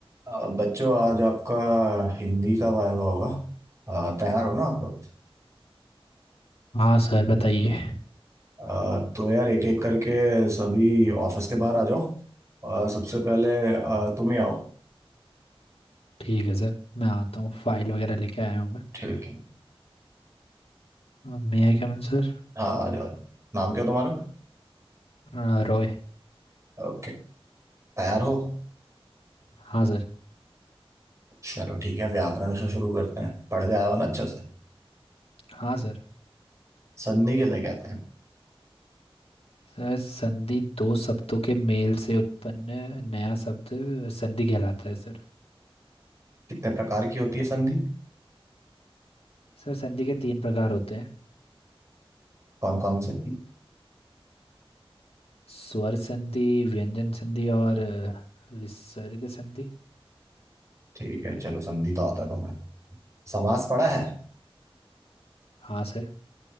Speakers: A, on the right; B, on the left.
A: अ, बच्चों आज आपका हिंदी का वायवा होगा अ, तैयार हो ना आप
B: हाँ सर बताइए
A: अ, तो यार एक एक करके सभी ऑफिस के बाहर आ जाओ अ, सबसे पहले अ, तुम ही आओ
B: ठीक है सर मैं आता हूँ फाइल वगैरह लेके आया हूँ
A: ठीक है
B: मैं मे आई कम इन सर
A: हाँ आ जाओ नाम क्या तुम्हारा
B: अ, रॉय
A: ओके तैयार हो
B: हाँ सर
A: चलो ठीक है व्याकरण से शुरू करते हैं पढ़ के आया हो ना अच्छा से
B: हाँ सर
A: संधि किसे कहते हैं
B: सर संधि दो शब्दों के मेल से उत्पन्न नया शब्द संधि कहलाता है सर
A: कितने प्रकार की होती है संधि
B: सर संधि के तीन प्रकार होते हैं
A: कौन कौन से
B: स्वर संधि व्यंजन संधि और अ, विसर्ग संधि
A: ठीक है चलो संधि तो आता है तुम्हें समास पढ़ा है
B: हाँ सर